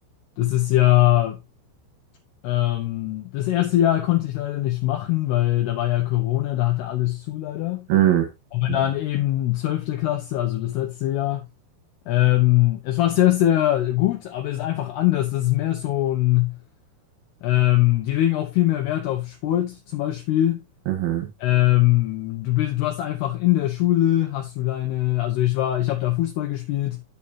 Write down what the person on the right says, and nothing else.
Mhm.
Mhm.
Mhm.